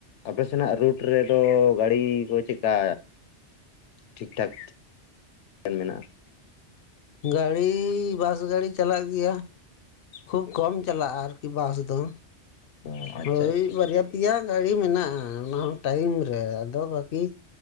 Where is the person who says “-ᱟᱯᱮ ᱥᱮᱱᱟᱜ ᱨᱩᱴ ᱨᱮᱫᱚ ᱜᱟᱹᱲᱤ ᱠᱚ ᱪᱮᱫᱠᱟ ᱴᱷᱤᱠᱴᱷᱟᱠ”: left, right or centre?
Left